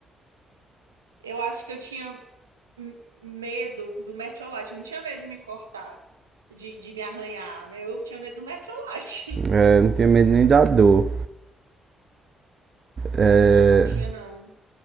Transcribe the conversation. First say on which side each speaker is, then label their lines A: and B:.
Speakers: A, on the right; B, on the right.
A: Eu acho que eu tinha hum, medo do Mertiolate, eu não tinha medo de me cortar, de, de me arranhar. Eu tinha medo do Mertiolate.
B: É,
A: <laughs>
B: não tenho medo nem da dor. É,
A: Não, tinha não.